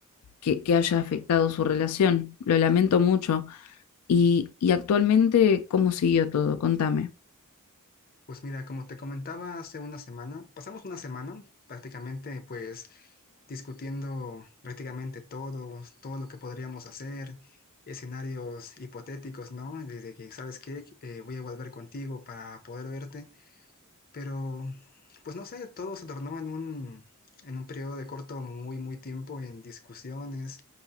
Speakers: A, on the left (about 85°); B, on the left (about 40°).
A: que- que haya afectado su relación. Lo lamento mucho. Y, y actualmente, ¿cómo siguió todo? Contame.
B: Pues mira, como te comentaba hace una semana, pasamos una semana prácticamente pues discutiendo prácticamente todo, todo lo que podríamos hacer, escenarios hipotéticos, ¿no? De de que, ¿sabes qué? Eh, voy a volver contigo para poder verte. Pero, pues no sé, todo se tornó en un, en un periodo de corto, muy, muy tiempo en discusiones,